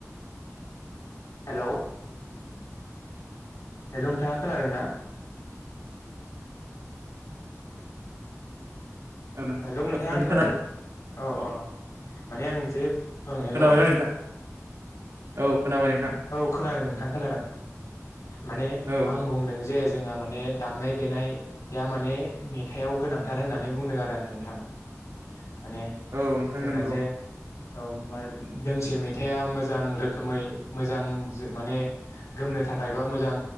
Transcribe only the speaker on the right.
औ नोंथां
औ खोना
खोनाबायना नोंथां औ खोनाबाय नोंथां
औ
औ नोंथां
नंगौ